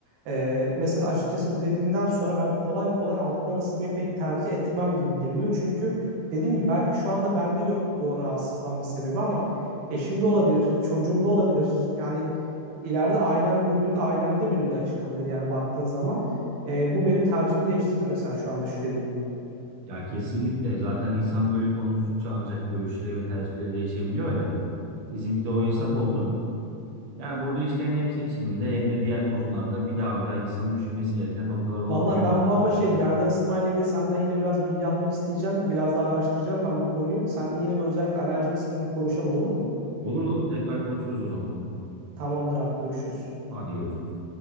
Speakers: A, on the right; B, on the right.
A: Ee, mesela açıkçası bu dediğinden sonra ben kolay kolay alttan ısıtmayı pek tercih etmem gibi geliyor. Çünkü dediğim gibi belki şu anda bende yok bu rahatsızlanma sebebi ama eşimde olabilir, çocuğumda olabilir. Yani ileride ailem büyüdüğünde ailemde birinde çıkabilir yani baktığın zaman. E, bu benim tercihimi değiştirdi mesela şu anda şu dediğin.
B: Ya kesinlikle zaten insan böyle konuştukça ancak görüşleri ve tercihleri değişebiliyor ya. Bizimki de o hesap oldu. Yani burada işte hem ev seçiminde hem de diğer konularda bir daha bir daha insanın düşünmesi gereken noktalar olabiliyor.
A: Valla ben bu ama şey yerden ısıtma ile ilgili senden yine biraz bilgi almak isteyeceğim. Biraz daha araştıracağım ben bu konuyu. Seninle yine bir özellikle alerji kısmını bir konuşalım olur mu?
B: Olur olur tekrar konuşuruz o zaman.
A: Tamamdır abi görüşürüz.
B: Hadi görüşürüz.